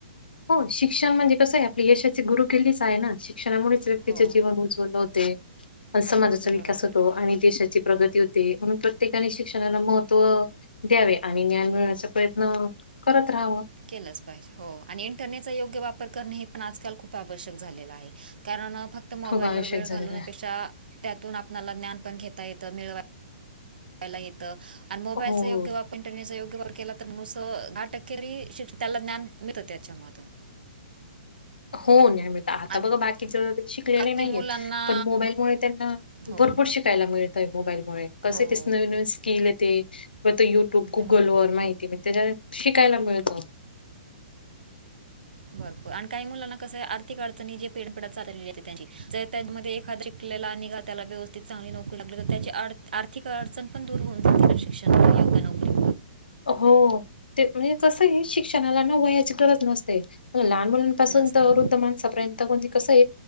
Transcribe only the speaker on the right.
हो
बरोबर
आहे
केलंच पाहिजे. हो आणि इंटरनेटचा योग्य वापर करण हे पण आजकाल खूप आवश्यक झालेलं आहे. कारण फक्त मोबाईल
वर वेळ
घालण्यापेक्षा
त्यातून आपणाला ज्ञान पण घेता येतं मिळवाय ला येत मोबाईलचा
योग्य
वारनेट योग्य वापर केला तरी नुस दहाटक्करी त्याला ज्ञान मिळतं त्याच्यामधून.
आणि
काही
मुलांना
हो
हो
हो
भरपूर आणि काही मुलांना कस आर्थिक अडचणी जे पेडपडत चाललेली त्यां ज त्यामध्ये एखाद ला आणि निघा त्याला व्यवस‌् ते चांगली नोकरी लागली तर त्याची आर्थिक अडचण पण दूर होऊन जाते शिक्षण योग्य नोकरी
नसते